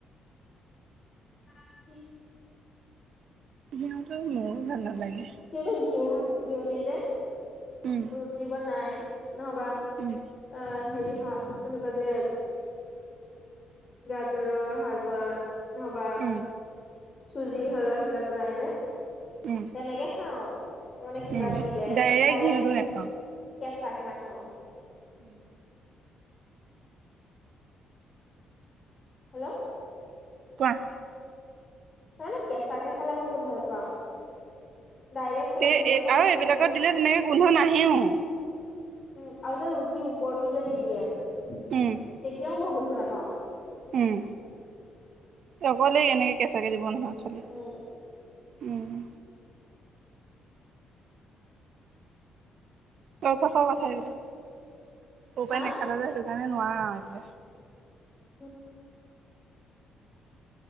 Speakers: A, on the left; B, on the right.
A: উ <unintelligible>
B: সিহঁতৰ মোৰো ভাল নালাগে।
A: কিন্তু ঘিউ ঘিউ দি যে,
B: উম
A: ৰুটি বনাই। নহবা আ
B: উম
A: হেৰি শা এনেকুৱা যে গাজৰৰ হালোৱা। নহবা
B: উম
A: চুজি হালোৱা সেইবিলাক বনাই যে
B: উম
A: তেনেকে খাও মানে কিবা
B: উম
A: দিলে ডাইৰেক্ট
B: ঘিউটো নাখাওঁ
A: কেঁচা কে নাখাওঁ
B: উম
A: হেল্ল'
B: কোৱা
A: এনেই কেঁচাকে খালে মই বহুত ভাল পাওঁ ডাইৰেক্ট ক'বাত
B: এই
A: দিলে মই
B: আৰু এইবিলাকত
A: বেয়া নাপাওঁ
B: দিলে তেনেকে গোন্ধ নাহেও
A: উম আও যে ৰুটিৰ ওপৰতো যে দি দিয়ে তেতিয়াও
B: উম
A: মই গোন্ধ নাপাও
B: উম তই অকলেই এনেকে কেঁচাকে দিব নহয় খালি
A: উম
B: উম চৌপাষৰ কথা সেইবিলাক সৰুৰ
A: হা
B: পৰাই নেখালা যে সেইটো কাৰণে নোৱাৰা এতিয়া
A: <unintelligible>